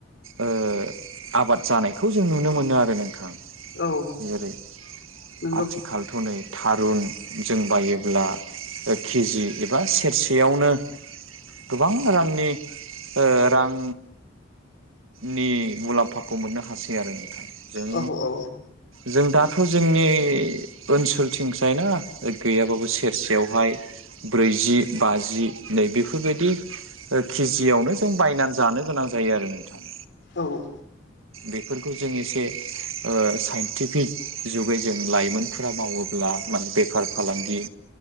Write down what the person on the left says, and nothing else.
औ
नंगौ
औ औ
औ।